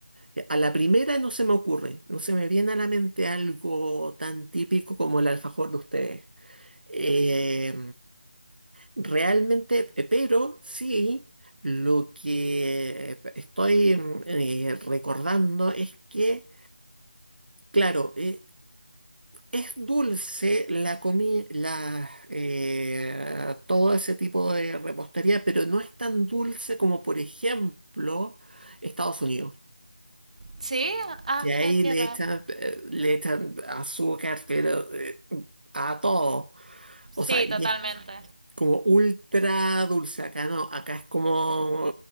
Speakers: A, on the right; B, on the right.
A: Eh, A la primera no se me ocurre, no se me viene a la mente algo tan típico como el alfajor de ustedes. Eh, realmente, eh, pero sí, lo que eh, estoy mm, eh, recordando es que, claro, eh, es dulce la comida, la, eh, todo ese tipo de repostería, pero no es tan dulce como, por ejemplo, Estados Unidos.
B: ¿Sí? Ah,
A: que
B: mira
A: ahí
B: qué
A: le
B: raro.
A: echan, eh, le echan azúcar, pero eh, a todo. O sea,
B: Sí,
A: y
B: totalmente.
A: es como ultra dulce. Acá no, acá es como